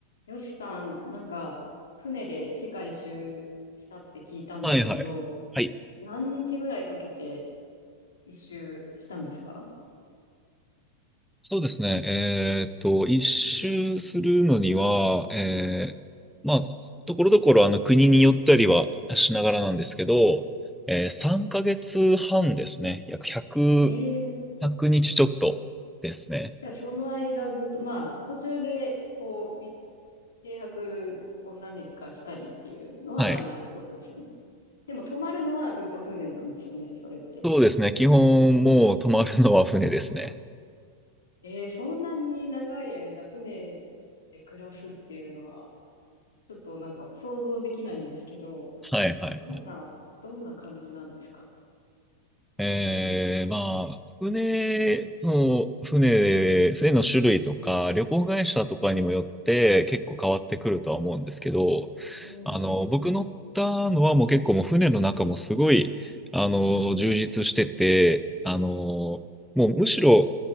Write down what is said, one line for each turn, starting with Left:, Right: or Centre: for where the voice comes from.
Left: よしさん、なんか、船で世界一周したって聞いたんですけど、
Centre: はいはい。はい。
Left: 何日ぐらいかけて一周したんですか
Centre: そうですね。えーっと、一周するのには、えーまあ、ところどころあの国によったりはしながらなんですけど、えー、3ヶ月半ですね。約1 0
Left: ええー
Centre: 100日ちちょっとですね。
Left: じゃあその間ずっと、まあ、途中で、こう、み停泊を何日かしたりっていうのはあるってことですよね。
Centre: はい。
Left: でも泊まるのはずっと船なんですよね、それって。
Centre: そうですね。基本もう泊まるのは船ですね。
Left: ええーそんなに長い間船で暮らすっていうのは、ちょっとなんか想像できないんですけど、
Centre: はいはいはい。
Left: どんな、どんな感じなんですか
Centre: えー、まあ、船の、船、船の種類とか、旅行会社とかにもよって結構変わってくるとは思うんですけど、
Left: うん。
Centre: あの、僕乗ったのはもう結構もう船の中もすごい、あの、充実してて、あの、もうむしろ